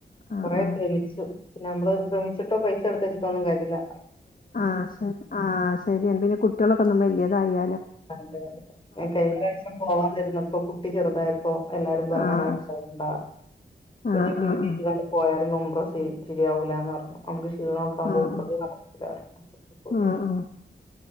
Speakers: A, on the left (about 50°); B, on the left (about 25°).
A: ആ
B: കൊറെ
A: ആ
B: ശ്രമിച്ചു പിന്നെ നമ്മ ശ്രിച്ചിട്ട പൈസ എടുത്ത വച്ചട്ടോ ഒന്നുംകാര്യല്ല
A: ആഹ് ശ ആഹ് ശരിയൻ പിന്നെ കുട്ടികളൊക്കെ ഒന്നും വലിയതായ
B: അതെതെ ഞാൻ കഴിഞ്ഞ പ്രവശ്യം പോവാന്നിരുന്നപ്പോ കുട്ടി ചെറുതായപ്പോൊ എല്ലാരും പറഞ്ഞഞ്
A: ആഹ്
B: അങ്ങനെ പോ കണ്ടാ കുഞ്ഞു
A: ആഹ്
B: ഫീഡ്
A: ആഹ്
B: ചെയ്ങ്ങാണ്ട്
A: ആഹ്
B: പോയുമ്പ ശരിയാവൂലന്ന് പറഞ്ഞു നമുക്ക് ക്ഷീണമോക്കാപ്പയി
A: ആഹ്
B: ഇതൊന്നും
A: ആഹ്
B: നടക്കൂലാരുന്നു അപ്പൊ പോയിട്ടുണ്ടാരുന്നു
A: ആഹ് ആഹ്